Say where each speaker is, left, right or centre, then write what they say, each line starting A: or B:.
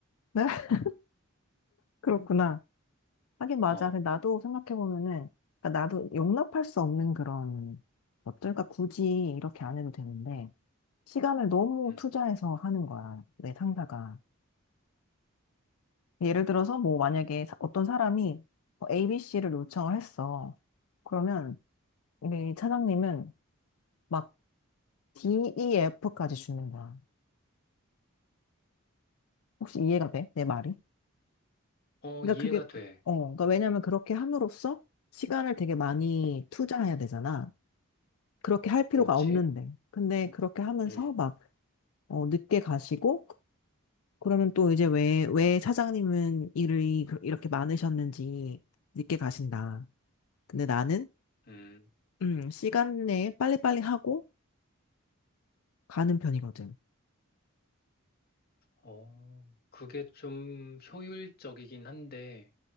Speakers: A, on the left; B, on the left.
A: 네? <laughs> 그렇구나. 하긴 맞아.
B: 어
A: 근데 나도 생각해 보면은 나도 용납할 수 없는 그런 것들. 그러니까 굳이 이렇게 안 해도 되는데. 시간을 너무
B: 음.
A: 투자해서 하는 거야, 내 상사가. 예를 들어서 뭐 만약에 사- 어떤 사람이 ABC를 요청을 했어. 그러면 우리 차장님은 막 D, E, F까지 주는 거야. 혹시 이해가 돼? 내 말이?
B: 어
A: 그러니까
B: 이해가
A: 그게
B: 돼
A: 어, 그러니까 왜냐면 그렇게 함으로써 시간을 되게 많이 투자해야 되잖아. 그렇게 할 필요가
B: 그렇지
A: 없는데. 근데 그렇게 하면서
B: 음
A: 막 어, 늦게 가시고 그러면 또 이제 왜, 왜 차장님은 일이 그- 이렇게 많으셨는지 늦게 가신다. 근데 나는
B: 음
A: 음, 시간 내에 빨리빨리 하고 가는 편이거든.
B: 어 그게 좀 효율적이긴 한데